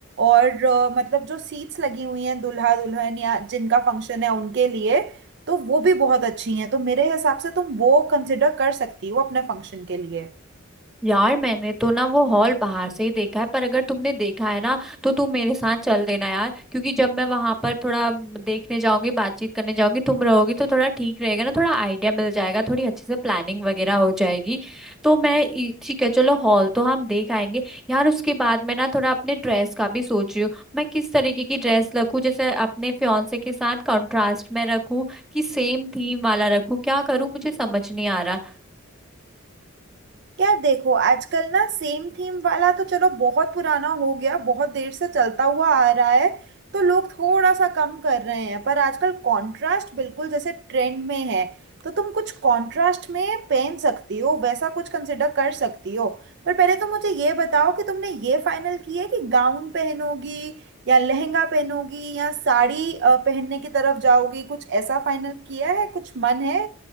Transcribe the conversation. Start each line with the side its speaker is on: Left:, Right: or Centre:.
Right: और अ, मतलब जो सीट्स लगी हुई हैं दूल्हा दुल्हन या जिनका फंक्शन है उनके लिए तो वो भी बहुत अच्छी हैं तो मेरे हिसाब से तुम वो कंसिडर कर सकती हो अपने फंक्शन के लिए
Centre: यार मैंने तो ना वो हॉल बाहर से ही देखा है पर अगर तुमने देखा है ना तो तुम मेरे साथ चल देना यार क्योंकि जब मैं वहां पर थोड़ा देखने जाऊंगी बातचीत करने जाऊंगी तुम रहोगी तो थोड़ा ठीक रहेगा ना थोड़ा आइडिया मिल जाएगा थोड़ी अच्छे से प्लानिंग वगैरह हो जाएगी तो मैं ई- ठीक है चलो हॉल तो हम देख आएंगे यार उसके बाद मैं ना थोड़ा अपने ड्रेस का भी सोच रही हूँ मैं किस तरीके की ड्रेस रखूँ जैसे अपने फियांसे के साथ कॉन्ट्रास्ट में रखूँ कि सेम थीम वाला रखूँ क्या करूँ मुझे समझ नहीं आ रहा
Right: यार देखो आजकल ना सेम थीम वाला तो चलो बहुत पुराना हो गया बहुत देर से चलता हुआ आ रहा है तो लोग थोड़ा सा कम कर रहे हैं पर आजकल कंट्रास्ट बिल्कुल जैसे ट्रेंड में है तो तुम कुछ कंट्रास्ट में पहन सकती हो वैसा कुछ कंसिडर कर सकती हो पर पहले तो मुझे ये बताओ कि तुमने ये फाइनल किया है कि गाउन पहनोगी या लहंगा पहनोगी या साड़ी अ, पहनने की तरफ जाओगी कुछ ऐसा फाइनल किया है कुछ मन है